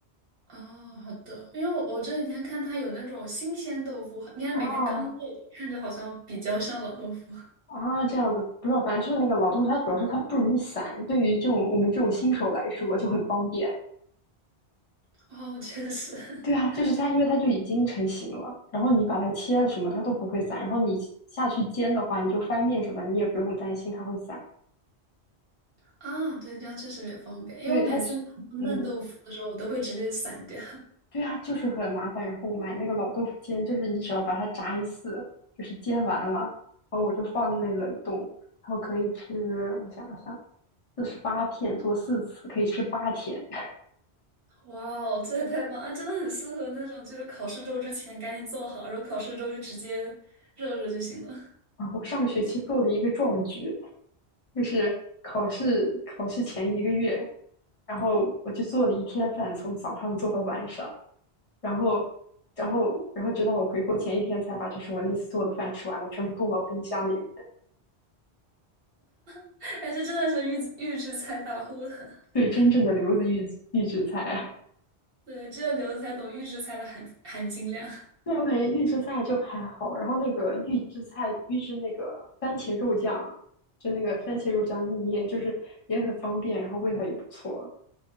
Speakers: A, on the right; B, on the left.
A: 哦，好的，因为我我这几天看它有那种新鲜豆腐，应该是每天刚做的，
B: 啊
A: 看着好像比较像老豆腐。
B: 啊，这样子不知道，反正就是那个老豆腐，它主要是它不容易散，对于这种我们这种新手来说就很方便。
A: <laughs> 哦，确实，
B: 对啊，
A: <laughs>
B: 就是它，因为它就已经成型了，然后你把它切了什么，它都不会散。然后你下去煎的话，你就翻面什么，你也不用担心它会散。
A: 啊，对，这样确实比较方便，因为我每次拿到嫩豆腐的时候，
B: 对它只，嗯，
A: 我都会直接散掉。
B: 对啊，就是很麻烦。然后买那个老豆腐煎，就是你只要把它炸一次，就是煎完了，然后我就放在那冷冻，然后可以吃，我想了想，四十八片做四次，可以吃八天。<laughs>
A: <laughs> 哇哦，这也太棒啊！真的很适合那种就是考试周之前赶紧做好，然后考试周就直接热热就行了。
B: 啊，我上个学期做了一个壮举，就是考试考试前一个月，然后我就做了一天饭，从早上做到晚上，然后，然后，然后直到我回国前一天才把就是我那次做的饭吃完，我全部冻到冰箱里面。
A: <laughs> 哎，这真的是预预制菜大户了。<laughs>
B: 对，真正的留子预制预制菜。
A: 对，只有刘子才懂预制菜的含含金量。
B: 对，我感觉预制菜就还好，然后那个预制菜预制那个番茄肉酱，就那个番茄肉酱意面，就是也很方便，然后味道也不错，